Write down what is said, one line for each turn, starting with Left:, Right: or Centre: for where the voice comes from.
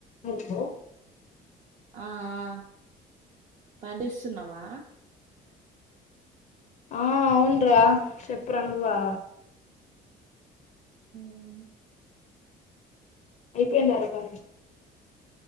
Left: ముగ్భో
Right: ఆ, ఆ పండిస్తున్నావా
Left: ఆ అవున్రా చెప్పురా నువ్వా
Right: హుమ్
Left: ఐపోయిందా రా పని